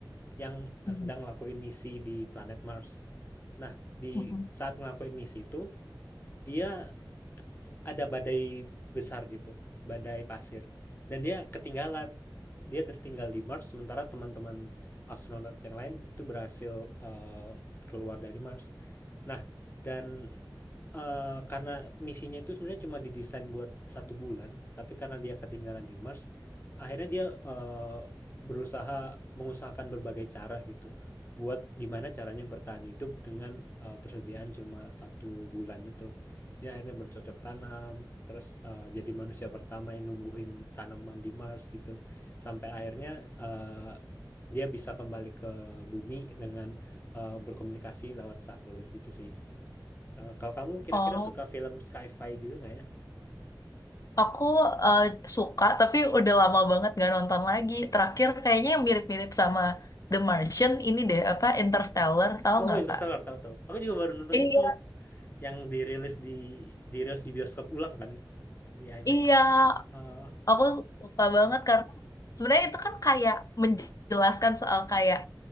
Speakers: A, on the left (about 25°); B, on the left (about 45°).
A: yang, eee,
B: Hmm.
A: sedang ngelakuin misi di planet Mars. Nah, di
B: Mm-mm.
A: saat ngelakuin misi itu, dia, ada badai besar gitu, badai pasir. Dan dia ketinggalan. Dia tertinggal di Mars, sementara teman-teman astronot yang lain itu berhasil eh, keluar dari Mars. Nah, dan Eee, karena misinya itu sebenarnya cuma didesain buat satu bulan, tapi karena dia ketinggalan di Mars, akhirnya dia, eee, berusaha mengusahakan berbagai cara gitu, buat gimana caranya bertahan hidup dengan, eee, persediaan cuma satu bulan itu. Dia akhirnya bercocok tanam, terus, eee, jadi manusia pertama yang numbuhin tanaman di Mars gitu, sampai akhirnya, eee, dia bisa kembali ke bumi dengan, eee, berkomunikasi lewat satelit gitu sih. Eee, kalau kamu kira-kira
B: Oh,
A: suka film sci-fi juga nggak ya?
B: aku eh, suka tapi udah lama banget gak nonton lagi. Terakhir kayaknya yang mirip-mirip sama The Martian ini deh apa Interstellar tahu
A: Oh,
B: nggak
A: Interstellar,
B: kak?
A: tahu tahu. Aku juga baru nonton
B: Iya,
A: itu yang dirilis di dirilis di bioskop ulang kan, di IMAX.
B: iya,
A: Eee,
B: aku suka banget karena sebenarnya itu kan kayak menjelaskan soal kayak